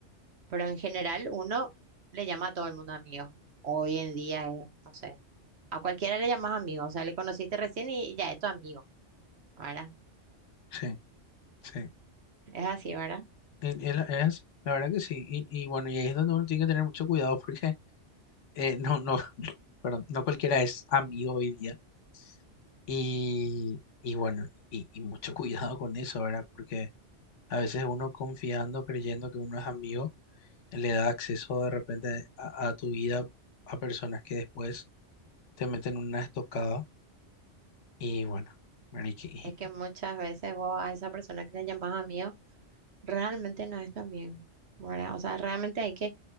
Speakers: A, on the right; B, on the left.
A: Pero en general uno le llama a todo el mundo amigo. Hoy en día, eh, no sé, a cualquiera le llamas amigo, o sea, le conociste recién y ya es tu amigo, ¿verdad?
B: Sí, sí.
A: Es así, ¿verdad?
B: Y- y la- Es, así, la verdad que sí, y, y bueno, y ahí es donde uno tiene que tener mucho cuidado, <laughs> porque eh, no, no, <laughs> perdón, no cualquiera es amigo hoy día. Y, y bueno, y, y mucho <laughs> cuidado con eso, ¿verdad? Porque a veces uno confiando, creyendo que uno es amigo, le da acceso de repente a, a tu vida a personas que después te meten una estocada. Y bueno, ¿verdad? Y que- y-
A: Es que
B: y
A: muchas veces vos a esa persona que le llamas amigo realmente no es tu amigo, ¿verdad? O sea, realmente hay que